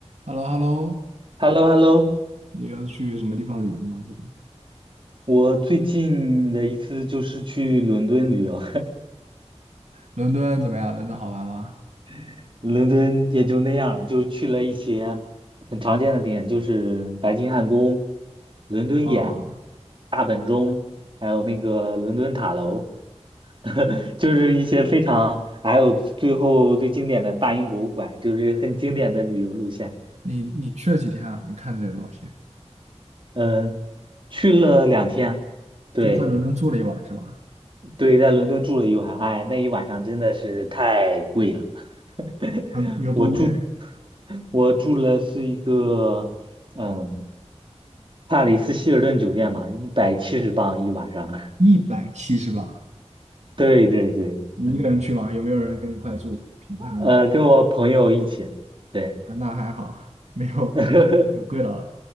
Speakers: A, on the right (about 70°); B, on the right (about 45°).
A: h e l l o h e l l o
B: h e l l o h e l l o
A: 你要去什么地方旅游吗？最近
B: 我最近的一次就是去伦敦旅游，
A: 伦敦怎么样？伦敦好玩吗？
B: <laughs> 伦敦也就那样，就去了一些很常见的点，就是白金汉宫、伦敦眼、
A: 啊，
B: 大本钟，还有那个伦敦塔楼，<laughs> 就是一些非常，还有最后最经典的大英博物馆，就是很经典的旅游路线。
A: 你你去了几天啊？你看这些东西，
B: 嗯，去了两天，对。
A: 就在伦敦住了一晚是吧？
B: 对，在伦敦住了一晚，哎，那一晚上真的是太贵了。<laughs>
A: 很有多贵？
B: 我住，我住了是一个，嗯，帕里斯希尔顿酒店嘛，一百七十镑一晚上。
A: 一百七十吧？
B: <laughs> 对对对，
A: 你一个人去吗？
B: 嗯，
A: 有没有人跟你一块住？平摊
B: 呃，跟我朋友一起，对，
A: 啊，那还好，没有
B: <laughs>
A: 有贵到